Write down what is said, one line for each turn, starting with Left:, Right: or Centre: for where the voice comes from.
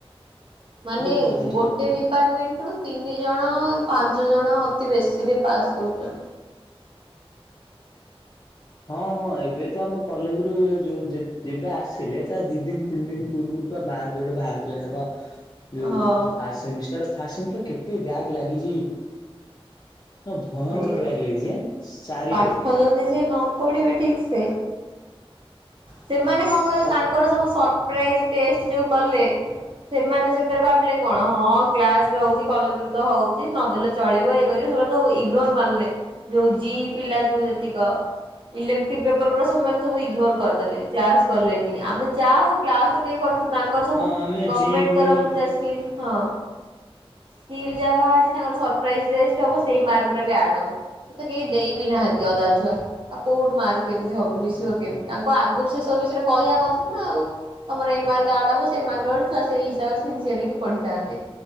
Right: ମାନେ
Left: ତାର ସିଷ୍ଟମ
Right: ଗୋଟେ
Left: ହେଇନି।
Right: ଡିପାର୍ଟମେଣ୍ଟ ରୁ ତିନି ଜଣ ପାଞ୍ଚ ଜଣ ଅତି ବେଶୀରେ ପାସ୍ କରୁଛନ୍ତି।
Left: ହଁ ହଁ ଏବେ ତ ଆମ କଲେଜ ରୁ ଯୋଉ ଯେବେ ଆସିଲେ ତା ଦି ଦିନ ତିନି ଦିନ ପୂର୍ବରୁ ପ ମା ର୍କ ଗୋଟେ ବାହାରିଥିଲେ ନା କଣ? ଯଉ
Right: ହଁ
Left: ଫା ସେମିଷ୍ଟର ଫା ସେମିଷ୍ଟର କେତେ ବ୍ୟାଗ ଲାଗିଚି? ହ ଭୟଙ୍କର
Right: ସେଇଆ
Left: ବ୍ୟାଗ ଲାଗିଛି ଚାରିଆଡେ।
Right: ପାଠ ଯଦି ସେ ନ ପଢ଼ିବେ ଠିକ୍ ସେ ସେମାନେ କଣ କହିଲେ
Left: ଆ
Right: ତାଙ୍କର ସବୁ ପ୍ରାଇଜ ଟେଷ୍ଟ ଜୋ କଲେ ସେମାନେ ସେଥିରେ ଭାବିଲେ କଣ ହଁ କ୍ଲାସ ରେ ହେଉଛି କଲେଜ୍ ରେ ତ ହେଉଛି ନଦେଲେ। ଚଳିବ ଇଏ କରିବ ସେମାନେ ଯୋ ଇଗ୍ନୋର ମାରିଲେ ଯୋଉ ଜି ପିଲା ଯୋଉ ଯେତିକ। ଇଲେକ୍ଟଟିଭ୍ ପେପର ଗୁଡ଼ାକ ସେମାନେ ସବୁ ଇଗ୍ନୋର କରିଦଲେ କ୍ଲାସ କଲେନି ଆମେ ଯା ହଉ କ୍ଲାସ ତ ଟିକେ କରିଥିଲୁ। ତାଙ୍କର ସବୁ
Left: ହଁ ଆମେ
Right: ଗଭର୍ଣ୍ଣମେଣ୍ଟ୍
Left: ଜି ଫି
Right: ତରଫରୁ
Left: ସବୁ
Right: ଯେ ସ୍କିଲ୍ ହଁ, ସ୍କିଲ୍ ଯାଭା ଅଛି, ତାଙ୍କର ସର୍ପ୍ରାଇଜ୍ ଟେଷ୍ଟ ହେବ ସେଇ ମାର୍କ ପୁରା ବି ଆଡ୍ ହବ। ସେ ତ କେହି ଦେଇ ବିି ନାହାନ୍ତି ଅଧା ଛୁଆ। ଆ କୋଉଠୁ ମାର୍କ କେମିତି ହବ ମିଶିବ କେମିତି, ତାଙ୍କୁ ଆଗରୁ ସେଷବୁ ବିଷୟରେ କହିବା କଥା ନା ଆଉ। ତମର ଏଇ ମାର୍କ ଆଡ୍ ହବ, ସେଇ ମାର୍କ ଆଡ୍ ସେଇ ହିସାବରେ ସିନ୍ ସିଅର୍ ହେଇକି ପଢ଼ିଥାନ୍ତେ।